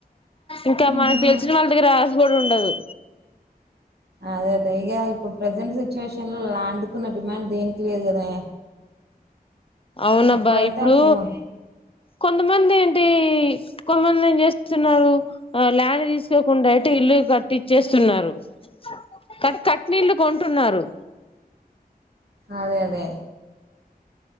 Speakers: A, on the left; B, on the right.
A: ఇంకా
B: ఉహు
A: మనకి తెలిసిన వాళ్ళ దగ్గర రాస్బోర్డు ఉండదు
B: అదే అద ఇగా ఇప్పుడు ప్రజెంట్ సిచ్యువేషన్ లో లాండ్కున్న డిమాండ్ దేనికి లేదు కదనే
A: అవునబ్బా
B: అప్పుడైతే
A: ఇప్పుడు
B: అసలు
A: కొంతమంది ఏంటి కొమంది ఏం చేస్తున్నారు ల్యాండ్ తీసుకోకుండా అయితే ఇల్లు కట్టిచ్చేస్తున్నారు కట్ కట్నీళ్లు కొంటున్నారు
B: అదే అదే